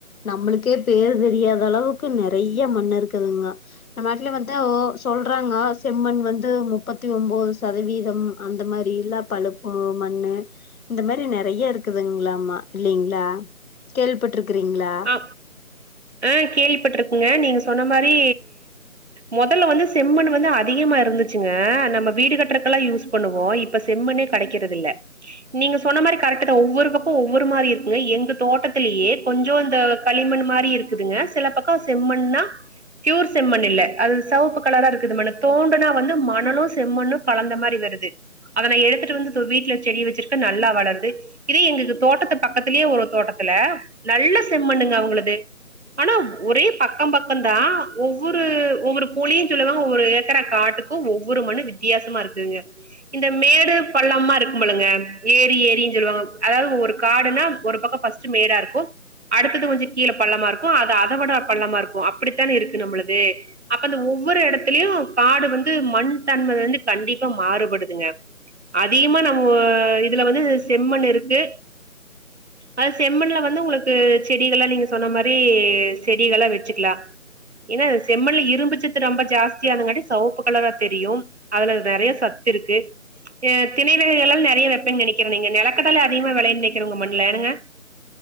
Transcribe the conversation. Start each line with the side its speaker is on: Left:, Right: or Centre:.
Left: நம்மளுக்கே பேர் தெரியாத அளவுக்கு நெறையா மண்ணு இருக்குதுங்கோ நம்ம நாட்டுல வந்து ஒ சொல்றாங்க செம்மண் வந்து முப்பத் தி ஒம்போது சதவீதம் அந்த மாரில்லா பழுப்பு மண்ணு இந்த மாரி நெறையா இருக்குதுங்களாமா இல்லைங்களா கேள்விப்பட்ருக்குறீங்களா
Right: ஆ ஆ கேள்விப்பட்ருக்குங்க நீங்க சொன்ன மாரி மொதல்ல வந்து செம்மண் வந்து அதிகமா இருந்துச்சுங்க நம்ம வீடு கட்டுறக்க எல்லா யூஸ் பண்ணுவோ இப்ப செம்மண்ணே கெடைக்கிறது இல்ல நீங்க சொன்ன மாரி கரெக்டுதா ஒவ்வொருக்கப்போ ஒவ்வொரு மாரி இருக்குங்க எங்க தோட்டத்திலேயே கொஞ்ச களிமண் மாதிரி இருக்குதுங்க சில பக்கோ செம்மண்ணா ஃப்யூர் செம்மண் இல்ல அது செவப்பு கலரா இருக்குது மண்ணு தோண்டுனா வந்து மணலு செம்மண்ணு கலந்த மாரி வருது அத நா எடுத்துட்டு வந்து இதோ வீட்ல செடி வச்சிருக்கே நல்லா வளருது இதே எங்களுக்கு தோட்டத்து பக்கத்துலயே ஒரு தோட்டத்துல நல்ல செம்மண்ணுங்க அவுங்களுது ஆனா ஒரே பக்கோ பக்கந்தா ஒவ்வொரு ஒவ்வொரு போழியு சொல்லுவாங்க ஒவ்வொரு ஏக்கரா காட்டு ஒவ்வொரு மண்ணு வித்தியாசமா இருக்குங்க இந்த மேடு பள்ளமா இருக்கும் பொழுங்க ஏரி ஏரினு சொல்லுவாங்க அதாவது ஒரு காடுனா ஒரு பக்கோ ஃபஸ்ட் டு மேடா இருக்கு அடுத்தது கொஞ்ச கீழ பள்ளமா இருக்கு அது அத விட பள்ளமா இருக்கு அப்டித்தான இருக்கு நம்மள்து அப்ப அ ஒவ்வொரு எடத்துலயு காடு வந்து மண் தன்ம வந்து கண்டிப்பா மாறுபடுதுங்க அதிகமா நம்ம இதுல வந்து செம்மண் இருக்கு அது செம்மண்ல வந்து உங்களுக் கு செடிகல்லா நீங்க சொன்ன மாரி செடிகல்லா வச்சுக்கலா ஏனா செம்மண்ல இரும்புச்சது ரொம்ப ஜாஸ்தியாதுங்காட்டி செவப்பு கலரா தெரியு அதுல நெறையா சத்து இருக்கு தினை வகைகள்லா நெறையா வெப்பேனு நெனைக்கறே நீங்க நெலக்கடல அதிகமா விலையனு நெனைக்கற உங்க மண்ணுல ஏனுங்க